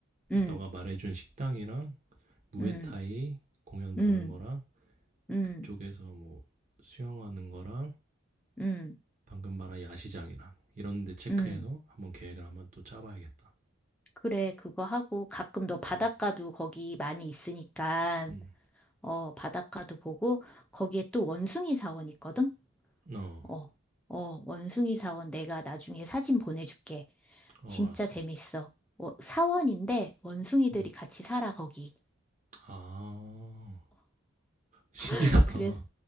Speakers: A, in the centre; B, on the right.
A: 음,
B: 너가 말해 준 식당이랑 무에타이
A: 음,
B: 공연 보는
A: 음,
B: 거랑
A: 음,
B: 그쪽에서 뭐 수영하는 거랑
A: 음,
B: 방금 말한 야시장이랑 이런 데 체크해서
A: 음.
B: 한번 계획을 한번 또 짜 봐야겠다.
A: 그래, 그거 하고 가끔 너 바닷가도
B: 음.
A: 거기 많이 있으니까,
B: 음.
A: 어, 바닷가도 보고 거기에 또 원숭이 사원 있거든?
B: 어.
A: 어, 어, 원숭이 사원 내가 나중에 사진 보내줄게.
B: 어
A: 진짜
B: 알았어.
A: 재밌어. 어, 사원인데 원숭이들이
B: 음.
A: 같이 살아, 거기.
B: 아. 신기하다.
A: <laughs> 그래서